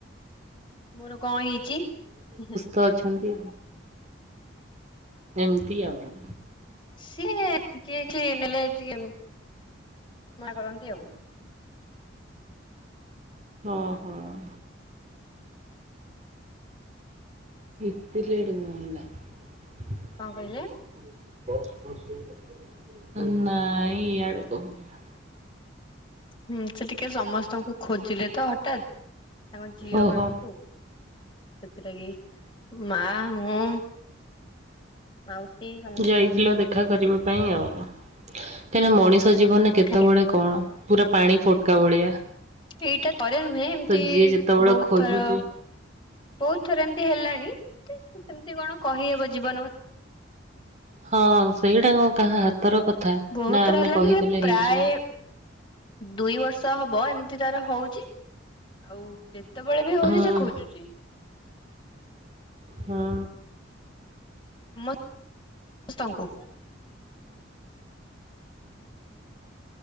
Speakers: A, on the left; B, on the right.
A: ମୋର କଣ ହେଇଛି ହୁଁ
B: ତଅ ଅଛନ୍ତି ଏମ୍ତି ଆଉ।
A: ସିଏ ଠିଏ ଠିଏ ନେଲେ ଟିକେ ମନା କରନ୍ତି ଆଉ।
B: ହଁ ହଁ। ଏତେ ଲେଟ। <unintelligible>
A: କଣ କହିଲେ?
B: <unintelligible> ନାଇଁ ଇଆଡେ କହୁଥିଲା
A: ହୁଁ ସେ ଟିକେ ସମସ୍ତଙ୍କୁ ଖୋଜିଲେ ତ ହଠାତ୍ ତାଙ୍କ ଝିଅ
B: ଓହୋ
A: ମାନଙ୍କୁ ସେଥିଲାଗି ମା ମୁଁ ମାଉସୀ ଶା
B: ଯାଇଥିଲ ଦେଖା କରିବା ପାଇଁ ଆଉ। କାହିଁକିନା ମଣିଷ ଜୀବନରେ
A: ଆଜ୍ଞା।
B: କେତେବେଳେ କଣ ପୁରା ପାଣି ଫୋଟକା ଭଳିଆ।
A: ଏଇଟା ଥରେ ନୁହେଁ ଏମତି
B: ତ ଯିଏ ଯେତେବେଳେ
A: ବହୁତ
B: ଖୋଜୁଛି
A: ଥର ବହୁତ ଥର ଏମତି ହେଲାଣି ତ ସେମିତି କଣ କହିହବ ଜୀବନ କ
B: ହଁ ସେଇଟା କଣ କାହା ହାତର କଥା
A: ବହୁତ
B: ନା
A: ଥର
B: ଆମେ
A: ହେଲାଣି
B: କହିଦେଲେ
A: ସେ ପ୍ରାୟ
B: ହେଇଯିବ।
A: ଦୁଇ ବର୍ଷ ହବ ଏମିତି ତାର ହଉଚି ଆଉ ଯେତେବେଳେ ବି ହଉଛି
B: ହଁ
A: ସେ ଖୋଜୁଚି।
B: ହଁ।
A: ମୋ ସ୍ତଙ୍କୁ